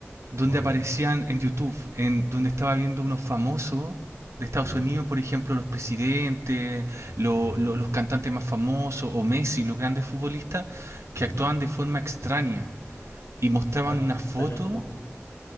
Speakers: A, on the right; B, on the left.
A: donde
B: ¿Cuál?
A: aparecían en YouTube, en donde estaba viendo unos famosos de Estados
B: Sí,
A: Unidos, por ejemplo, los presidentes, lo-
B: sí,
A: lo- los cantantes más famosos, o Messi, los grandes futbolistas, que
B: sí,
A: actuaban de forma extraña
B: sí.
A: y mostraban
B: Ah,
A: una
B: extraño
A: foto
B: como,